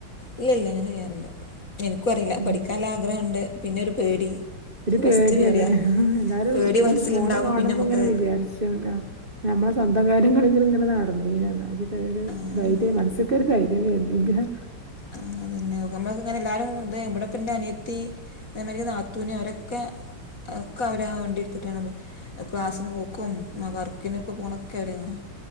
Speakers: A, on the left; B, on the right.
A: ഇല്ല ഇല്ല അങ്ങനെ ചെയ്യാറില്ല എനിക്കും അറിയില്ല
B: ഉം
A: പഠിക്കാൻ ആഗ്രഹുണ്ട് പിന്നെ ഒരു പേടി
B: ഒരു പേടിയാണ്
A: ഫസ്റ്റ് പേടിയാ
B: എല്ലാരും
A: പേടി മനസ്സിലുണ്ടാവുമ്പോ
B: ഇത് പോണ് കാണുമ്പോ
A: പിന്നെ നമുക്കത്
B: അങ്ങനെ വിചാരിച്ചു നമ്മളെ സ്വന്തം കാര്യങ്ങളെങ്കിലും ഇങ്ങനെ നടന്നീനാന്ന് വെച്ചിട്ട് ഒരു
A: ആഹ്
B: ധൈര്യം മനസ്സ്ക്കൊരു ധൈര്യം വരുന്നില്ല <inaudible>
A: ആഹ് അതന്നെയാ ന അങ്ങനെ എല്ലാരും ഇത് ഇവിട്പ്പെൻ്റെ അനിയത്തി അതേമാരി നാത്തൂന് അവരൊക്കെ ക്കെ അവരാ വണ്ടി എടുത്തിട്ടാണ് അപ്പൊ ക്ലാസ്സിന് പോക്കും വർക്കിനൊക്കെ പോണൊക്കെര അങ്ങനെ